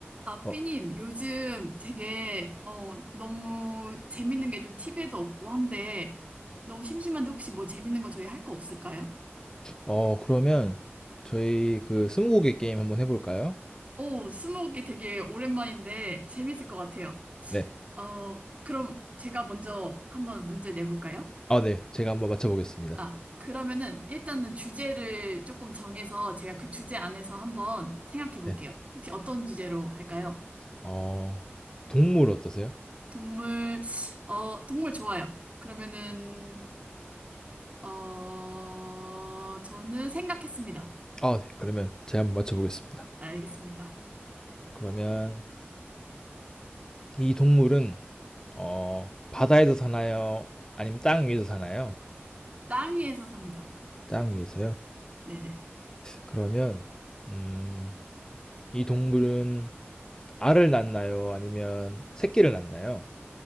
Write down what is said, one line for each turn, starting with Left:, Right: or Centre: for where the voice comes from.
Right: 아,
Left: 어,
Right: 삐님, 요즘 되게, 어, 너무 재밌는 게 좀 티비에도 없고 한데, 너무 심심한데 혹시 뭐 재밌는 거 저희 할 거 없을까요?
Left: 어, 그러면 저희 그 스무고개 게임 한번 해볼까요?
Right: 오, 스무고개 되게 오랜만인데 재밌을 것 같아요.
Left: 네.
Right: 어, 그럼 제가 먼저 한번 문제 내볼까요?
Left: 아, 네. 제가 한번 맞춰보겠습니다.
Right: 아, 그러면은 일단은 주제를 조금 정해서 제가 그 주제 안에서 한번 생각해 볼게요.
Left: 네.
Right: 혹시 어떤 주제로 할까요?
Left: 어, 동물 어떠세요?
Right: 동물, 어, 동물 좋아요. 그러면은 어, 저는 생각했습니다.
Left: 아, 네. 그러면 제가 한번 맞춰보겠습니다.
Right: 알겠습니다.
Left: 그러면 이 동물은 어, 바다에서 사나요? 아니면 땅 위에서 사나요?
Right: 땅 위에서 삽니다.
Left: 땅 위에서요?
Right: 네네.
Left: 그러면 음, 이 동물은 알을 낳나요? 아니면 새끼를 낳나요?